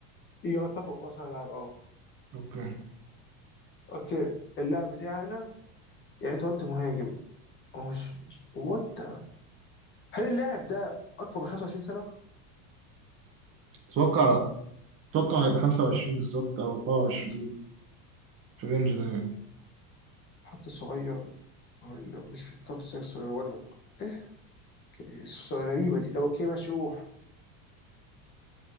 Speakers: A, on the left (about 25°); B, on the right (about 30°).
A: يعتبر اصلا لاعب اه
B: اوكي
A: اوكي اللاعب بتاعنا يعني انت قلت مهاجم هو مش وات هل اللاعب ده اكبر من 25 سنه؟
B: اتوقع اتوقع هيبقى 25 بالظبط او 24 في الرينج ده يعني
A: حتى صغير ولا مش في التوب 6 ولا ايه اوكي، الصورة غريبه دي طب اوكي ماشي روح